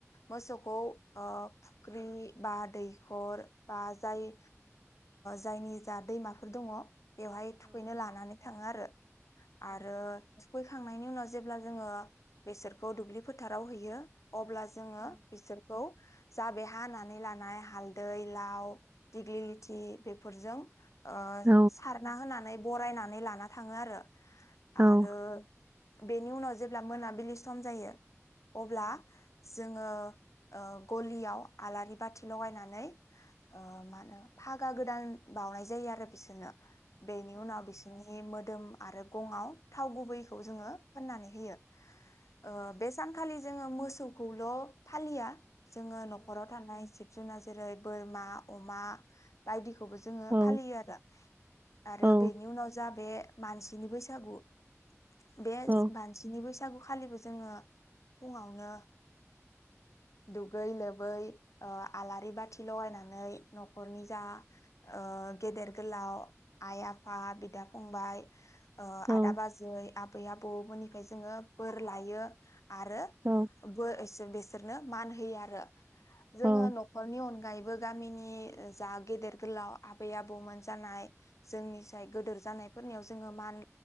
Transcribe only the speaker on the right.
औ
औ
औ
औ
औ
औ
औ
औ